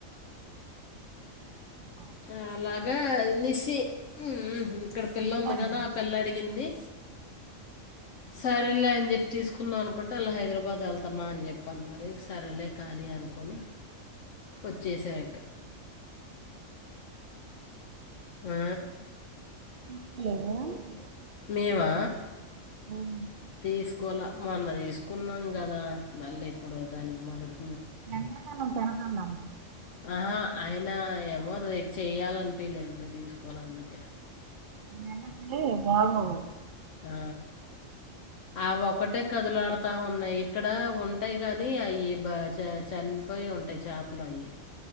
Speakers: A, on the right (about 55°); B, on the left (about 70°).
A: ఆ. <inaudible>
B: ఆ అలాగే నిస్సి, ఉమ్ ఇక్కడ పిల్ల
A: తెచ్చారు
B: ఉంది గదా,
A: మరి
B: ఆ పిల్ల అడిగింది. సర్లే అన్, అని జెప్ తీసుకుందాం అనుకుంటే, అళ్ళు హైదరాబాద్ ఎళ్తున్నా అని జేప్పి అన్నారు. ఇగ సరేలే కాని అనుకోని. ఓచ్చేసామ్ ఇక. ఆ.
A: <inaudible>
B: మేమా,
A: ఉమ్.
B: తీస్క్ కోలా, మొన్న దీసుకున్నాం గదా, మళ్ళీ ఎప్పుడో దానికి మ <unintelligible>
A: ఎండాకాలం తినకండమ్మ.
B: ఆహా, అయినా ఏమో లే చేయ్యాలనిపిలేదు ఇంగ తీసుకోలా, అందుకే.
A: <unintelligible> బాగోద్.
B: ఆ, ఆవోక్కటే కదులాడ్త్ తా ఉన్నాయి. ఇక్కడ ఉంటాయి గాని అయ్యి బా చా చా చనిపోయి ఉంటాయి, చేపలు అయ్యి.